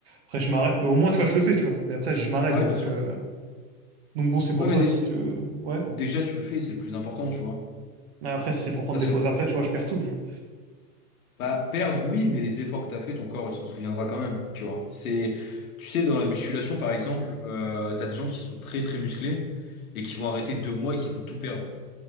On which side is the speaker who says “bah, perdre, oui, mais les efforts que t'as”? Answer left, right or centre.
Left